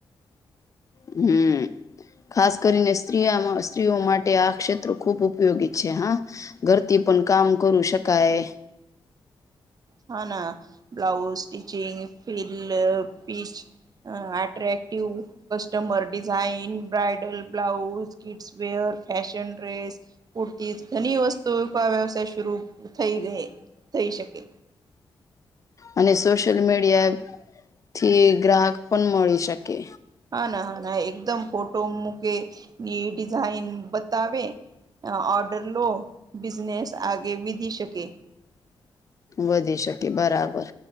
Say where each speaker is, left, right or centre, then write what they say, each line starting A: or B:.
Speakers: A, on the left; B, on the right.
A: હમ ખાસ કરીને સ્ત્રીમાં સ્ત્રીઓ માટે આ ક્ષેત્રો ખુબ ઉપયોગી છે હા ઘરથી પણ કામ કરુ શકાય.
B: હા ના બ્લાઉઝ સ્ટિચિંગ, ફિલ પીચ, અ attractive. Customer design bridal blouse, kids wear, fashion dress પૂરતી ઘણી વસ્તુ આ વ્યવસાય શરૂ થઈ ગ થઈ શકે.
A: અને સોશિયલ મીડિયા થી ગ્રાહક પણ મળી શકે.
B: હા ના હા ના એકદમ ફોટો મૂકે ની ડિઝાઇન બતાવે. ઓર્ડર લો બિઝનેસ આગે વિધી શકે.
A: વધી શકે બરાબર